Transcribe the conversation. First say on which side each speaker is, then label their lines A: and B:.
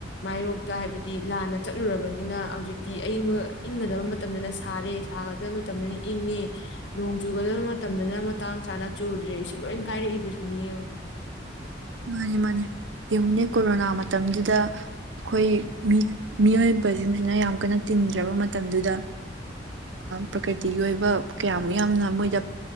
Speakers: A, on the left (about 70°); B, on the right (about 80°).
A: ꯃꯥꯌꯣꯛꯇ ꯍꯥꯏꯕꯗꯤ ꯂꯥꯟꯅ ꯆꯠꯂꯨꯔꯕꯅꯤꯅ ꯍꯧꯖꯤꯛꯇꯤ ꯑꯏꯪꯕ ꯏꯪꯒꯗꯕ ꯃꯇꯝꯗꯅ ꯁꯥꯔꯦ ꯁꯥꯒꯗꯕ ꯃꯇꯝꯗꯅ ꯏꯪꯉꯦ ꯅꯣꯡ ꯆꯨꯒꯗꯕ ꯃꯇꯝꯗꯅ ꯃꯇꯥꯡ ꯆꯥꯅ ꯆꯨꯗ꯭ꯔꯦ ꯁꯤ ꯂꯣꯏ ꯀꯥꯏꯔꯛꯏꯕꯁꯤꯅꯤ ꯌꯦꯡꯉꯣ
B: ꯃꯥꯅꯤ ꯃꯥꯅꯦ ꯌꯦꯡꯉꯤꯅꯦ ꯀꯣꯔꯣꯅꯥ ꯃꯇꯝꯗꯨꯗ ꯑꯩꯈꯣꯏ ꯃꯤ ꯃꯤꯑꯣꯏꯕꯁꯤꯡꯁꯤꯅ ꯌꯥꯝ ꯀꯟꯅ ꯇꯤꯟꯗ꯭ꯔꯕ ꯃꯇꯝꯗꯨꯗ ꯄ꯭ꯔꯀꯤꯇꯤꯒꯤ ꯑꯣꯏꯕ ꯀꯌꯥꯃꯨꯛ ꯌꯥꯝꯅ ꯃꯣꯏꯗ